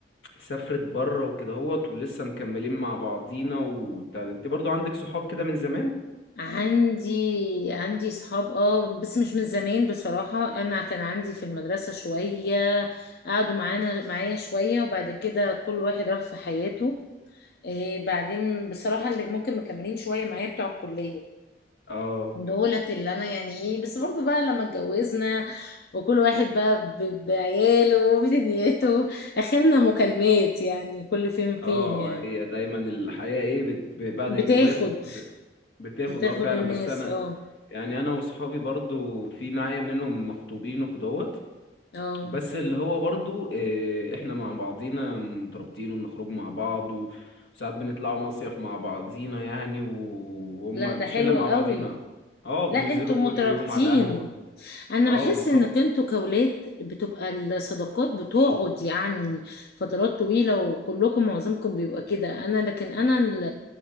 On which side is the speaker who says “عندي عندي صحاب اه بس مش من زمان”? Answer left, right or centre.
Left